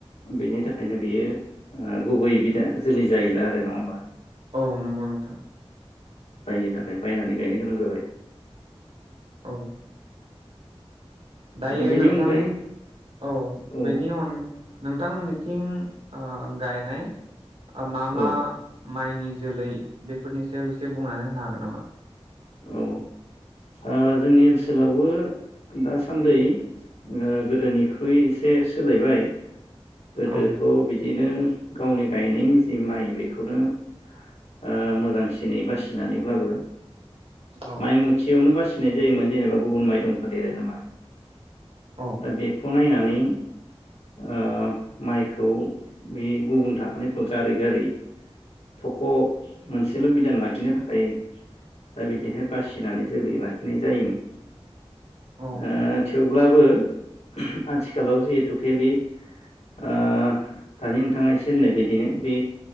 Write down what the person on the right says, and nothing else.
औ नंगौ नोंथां।
<inaudible> दायो
नोंथांमो
औ
बेनि अन नोंथांमोननिथिं ओ गायनाय मा मा
माइनि जोलै बेफोरनि सायाव एसे बुंना हो नो हागोन नामा?
औ
औ
औ
औ